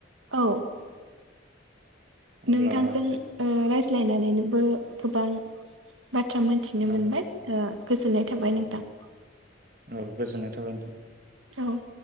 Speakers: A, on the right; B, on the right.
A: औ ।
B: अब्ला
A: नोंथांजों ओ रायज्लायनानैनोबो गोबां बाथ बाथ्रा मोनथिनो
B: औ
A: मोनबाय ओ गोजोननाय थाबाय
B: औ
A: नोंथां ।
B: औ गोजोननाय थाबाय नोंथां ।
A: औ ।